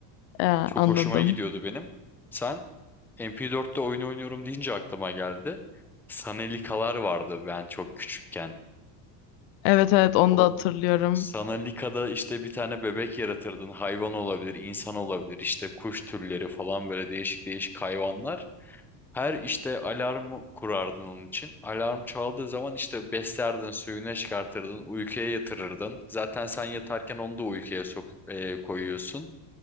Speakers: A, on the left (about 75°); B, in the centre.
A: Ee,
B: Çok
A: anladım.
B: hoşuma gidiyordu benim. Sen MP4'te oyun oynuyorum deyince aklıma geldi. Sanalikalar vardı ben çok küçükken.
A: Evet evet onu
B: O
A: da hatırlıyorum.
B: Sanalika'da işte bir tane bebek yaratırdın. Hayvan olabilir, insan olabilir, işte kuş türleri falan böyle değişik değişik hayvanlar. Her işte alarmı kurardın onun için. Alarm çaldığı zaman işte beslerdin, suyunu çıkartırdın, uykuya yatırırdın. Zaten sen yatarken onu da uykuya sok e, koyuyorsun.